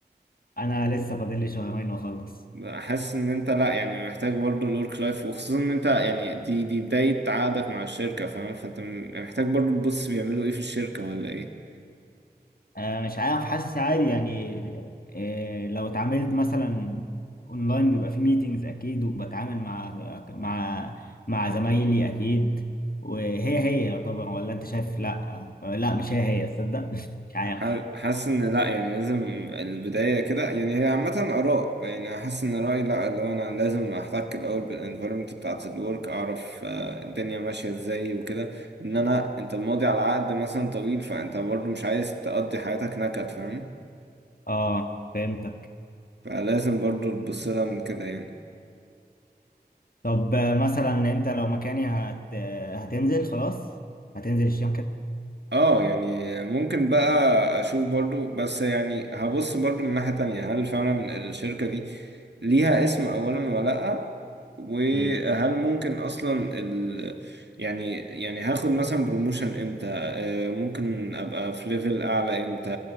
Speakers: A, on the left (about 60°); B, on the right (about 90°).
A: انا لسه فاضل لي شهرين واخلص
B: لأ؟ حاسس ان انت لأ يعني محتاج برضو الورك لايف وخصوصا ان انت يعني دي دي بداية عقدك مع الشركة فاهم فانت م- محتاج برضو تبص بيعملوا ايه في الشركة ولا ايه؟
A: آه مش عارف حاسس عادي يعني آه لو اتعاملت مثلا اونلاين بيبقى في ميتينجز اكيد وبتعامل مع مع مع زمايلي اكيد وهي هي طبعا ولا انت شايف لا آه، لا مش هي هي تصدق <laughs> مش عارف
B: ح- حاسس ان لا يعني لازم البداية كده يعني هي عامة آراء يعني حاسس ان رأيي لا اللي هو انا لازم احتك الاول بالانفيرومنت بتاعة الورك اعرف آه، الدنيا ماشية ازاي وكده ان انا انت ماضي على عقد مثلا طويل فانت برضو مش عايز تقضي حياتك نكد فاهم
A: اه فهمت
B: فلازم برضو تبص لها من كده يعني
A: طب آه، مثلا انت لو مكاني هت... آه، هتنزل خلاص هتنزل الشام كده
B: اه يعني ممكن بقى اشوف برضو بس يعني هبص برضو من ناحية تانية هل فعلا الشركة دي ليها اسم اولا ولا لأ وهل
A: امم
B: ممكن اصلا ال يعني يعني هاخد مثلا بروموشن امتى آه، ممكن ابقى في ليفل اعلى امتى